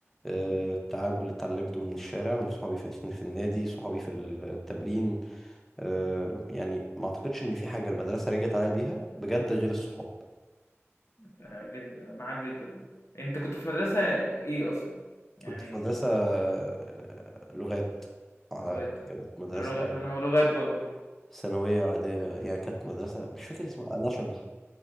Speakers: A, in the centre; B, on the left.
A: آه،
B: إمم،
A: التعامل اللي اتعلمته من الشارع من صحابي في في النادي صحابي في التمرين آه،
B: إمم،
A: يعني ما اعتقدش ان في حاجه المدرسه رجعت عليا بيها بجد غير الصحاب
B: لأ جدًا، معاك جدًا آه، أنت كنت في مدرسة إيه أصلًا؟ يعني
A: كنت في مدرسه آه، لغات آه،
B: لغات
A: كانت مدرسه
B: انا لغات انا لغات برضو
A: ثانويه عاديه يعني كانت مدرسه مش فاكر اسمها ناشونال